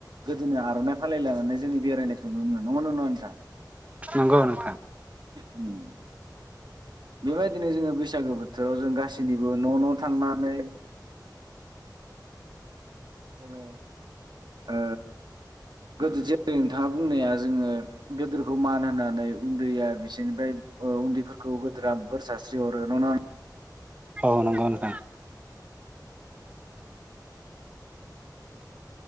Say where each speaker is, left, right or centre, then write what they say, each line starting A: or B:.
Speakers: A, on the right; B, on the right.
A: गोदोनायाव आर'नाइ फालि लानानै जोंनि बेरायनायखौ नुनो नंगौना नङा नोंथां?
B: नंगौ नोंथां
A: उम बेबायदिनो जोङो बैसागो बोथोराव जों गासैनिबो न' न' थांनानै जोङो ओ गोदो जेरै नोंथाङा बुंनाया जोङो गोदोरखौ मान होनानै उन्दैया बिसोरनिफ्राय उन्दैफोरखौ गोदोरा बोर सस्रि हरो नङो नङा
B: औ नंगौ नोंथां